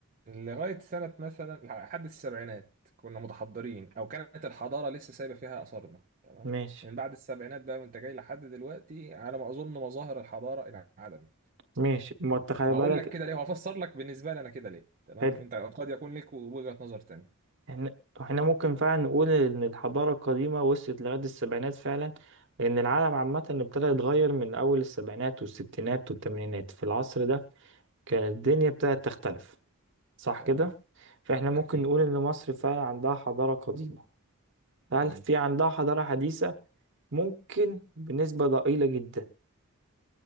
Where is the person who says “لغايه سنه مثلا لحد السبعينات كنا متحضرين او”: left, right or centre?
Right